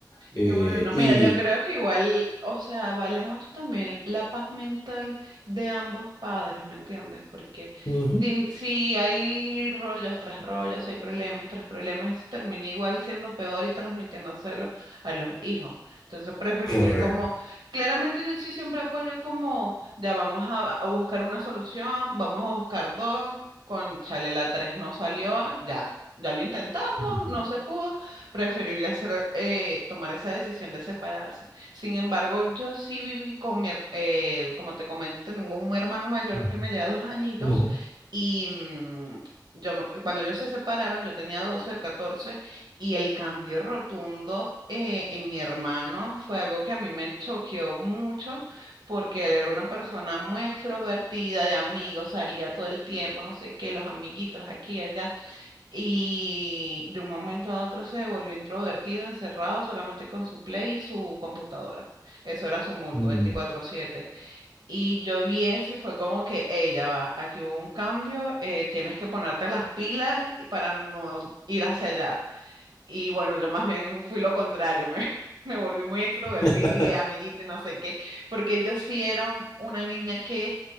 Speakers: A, on the left (about 55°); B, on the right (about 80°).
A: eh,
B: Qué bueno,
A: y...
B: mira, yo creo que igual, o sea, vale mucho también la paz mental de ambos padres, ¿me entiendes? Porque
A: ujú,
B: si, si hay rollos tras rollos, si hay problemas tras problemas, eso termina igual siendo peor y transmitiéndoselo a los hijos. Entonces, preferible
A: Correcto.
B: como, claramente yo sí siempre apoyo como, ya vamos a, a buscar una solución, vamos a buscar dos, con chale la tres no salió, ya. Ya lo intentamos,
A: Ujú,
B: no se pudo, preferible hacer, eh, tomar esa decisión de separarse. Sin embargo, yo sí viví con mi, her- eh, como te comento, tengo un hermano mayor
A: ujú,
B: que me lleva dos añitos
A: ujú,
B: y mm, yo, me- cuando ellos se separaron, yo tenía 12, el 14 y el cambio rotundo eh, en mi hermano fue algo que a mí me choqueó mucho porque él era una persona muy extrovertida, de amigos, salía todo el tiempo, no sé qué, los amiguitos aquí, allá y de un momento a otro se volvió introvertido, encerrado solamente con su Play y su computadora. Eso era su mundo,
A: mm.
B: veinticuatro siete Y yo vi eso y fue como que, ella va, aquí hubo un cambio, eh, tienes que ponerte las pilas para no ir hacia allá. Y bueno, yo más bien fui lo contrario, me, <laughs> me volví muy extrovertida,
A: <laughs>
B: amiguita, y no sé qué, porque yo sí era un- una niña que